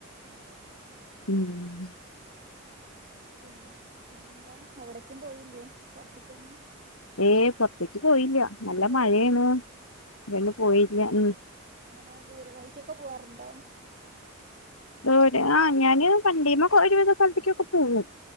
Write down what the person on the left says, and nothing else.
ഉംഹ്
ഏയ് പൊർത്തിക്ക് പോയില്യ.
നല്ല
മഴേണ്. അതുകൊണ്ട് പോയില്യ. ഉം.
ദൂര ആഹ് ഞാന് വണ്ടീമ്മേ ഒരു വിധ സ്ഥൽത്ത്ക്കൊക്കെ പോവും.